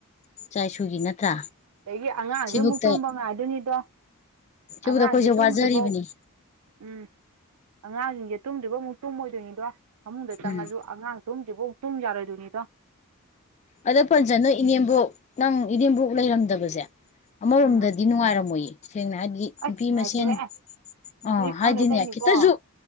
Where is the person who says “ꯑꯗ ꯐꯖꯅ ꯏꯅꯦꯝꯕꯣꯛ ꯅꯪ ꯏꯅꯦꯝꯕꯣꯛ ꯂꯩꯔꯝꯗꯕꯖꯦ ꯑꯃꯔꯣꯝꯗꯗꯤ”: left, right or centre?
Left